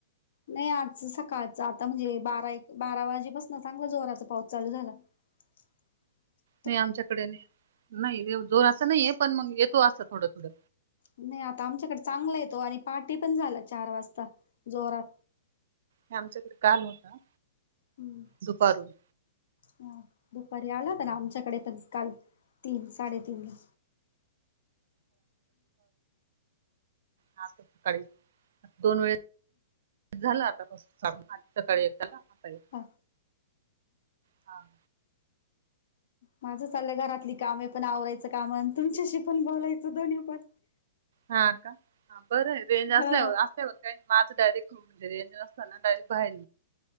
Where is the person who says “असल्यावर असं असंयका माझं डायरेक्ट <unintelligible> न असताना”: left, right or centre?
Right